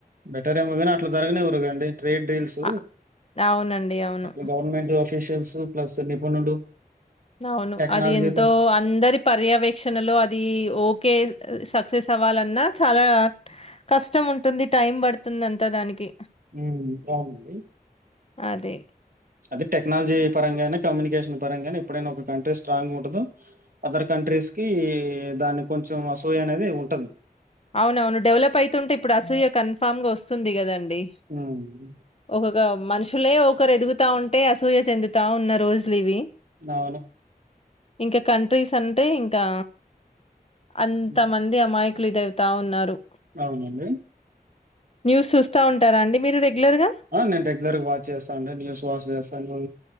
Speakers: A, on the right (about 60°); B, on the left (about 40°).
A: బెటర్ ఏమో కానీ అట్ల జరగనివ్వరు గాండి ట్రేడ్ డీల్స్
B: అ అవునండి అవును
A: అట్లా గవర్నమెంటు ఆఫ్ అఫీషియల్స్ ప్లస్ నిపుణులు
B: అవును
A: టెక్నాలజీ
B: అది ఎంతో
A: ప
B: అందరి పర్యవేక్షణలో అదీ ఓకే సక్ వే సవాలన్నా చాలా కష్టం ఉంటుంది టైం పడుతుంది అంత దానికి
A: హ్మ్ అవునండి
B: అదే
A: అది టెక్నాల్జీ పరంగైనా కమ్యూనికేషన్ పరంగైనా, ఎప్పుడైనా ఒక కంట్రీ స్ట్రాంగ్ ఉంటుదో అదర్ కంట్రీస్కీ దాన్ని కొంచెం అసూయ అనేది ఉంటది.
B: అవును అవును డెవలప్ అయితుంటే ఇప్పుడు అసూయ కన్ఫామ్ గా వస్సుంది కదం డి
A: హ్మ్.
B: ఒహగా మనుషులే ఒకరు ఎదుగుతా ఉంటే అసూయ చెందుతా ఉన్న రోజులివి
A: అవును
B: ఇంక కంట్రీస్ అంటే ఇంకా అంత
A: హ్మ్.
B: మంది అమ్మాయ్ <unintelligible> తా ఉన్నారు
A: అవునండి
B: న్యూస్ సుస్తా ఉంటారా అండి మీరు రెగ్యులర్ గ
A: ఆ నేను రెగ్యులర్గా వాచ్ చేస్తాండి న్యూస్ వాచ్ చేస్తాను